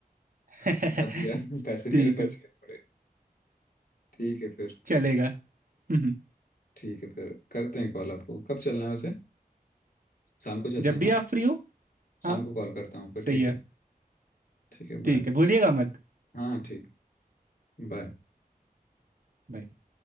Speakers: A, on the right; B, on the left.
A: <laughs>
B: बच गया <laughs> पैसे
A: ठीक
B: मेरे बच
A: है
B: गए थोड़े ठीक है फिर
A: चलेगा हम्म,
B: ठीक है फिर करते हैं कॉल आपको कब चलना है वैसे शाम को चलते
A: जब
B: हैं
A: भी
B: ना
A: आप फ्री हो
B: शाम
A: हाँ
B: को कॉल करता हूँ फिर
A: सही
B: ठीक
A: है
B: है ठीक है
A: ठीक
B: बाय
A: है भूलिएगा मत
B: हाँ ठीक बाय
A: Bye.